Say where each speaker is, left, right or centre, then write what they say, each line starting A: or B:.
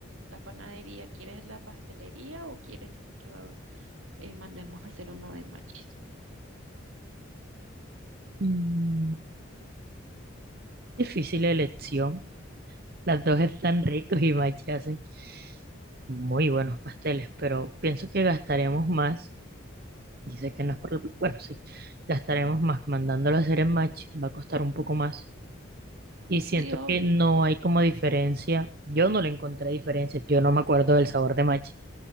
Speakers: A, on the right (about 80°); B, on the right (about 50°).
A: la panadería, ¿quieres la pastelería o quieres que va- eh, mandemos a hacer uno de machis?
B: Mm, difícil elección. Las dos están ricos y Machi hacen muy buenos pasteles, pero pienso que gastaremos más. Dice que no es por el... Bueno, sí, gastaremos más mandándolo a hacer en Machi, va a costar un poco más. Y siento
A: Sí, obvio.
B: que no hay como diferencia. Yo no le encontré diferencia, yo no me acuerdo del sabor de Machi.